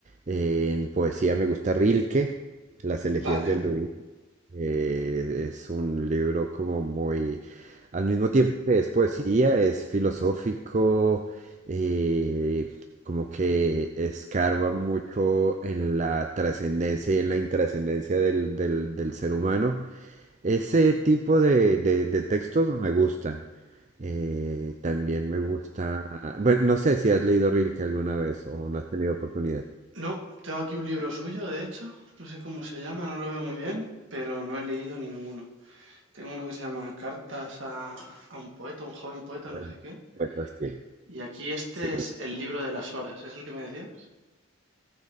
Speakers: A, on the right; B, on the right.
A: eh, en poesía, me gusta Rilke, las elegías
B: vale.
A: del Duino. Eh, es un libro como muy, al mismo tiempo que es poesía, es filosófico, eh, como que escarba mucho en la trascendencia y en la intrascendencia del, del- del ser humano. Ese tipo de, de- de textos me gustan. Eh, también me gusta, bueno, no sé si has leído Rilke alguna vez o no has tenido oportunidad.
B: No, tengo aquí un libro suyo, de hecho, no sé cómo se llama, no lo veo muy bien, pero no he leído ninguno. Tengo uno que se llama Cartas a, a un poeta, un joven poeta,
A: Bueno,
B: no sé qué.
A: Sí,
B: Y aquí este
A: sí.
B: es el libro de las horas, ¿es el que me decías?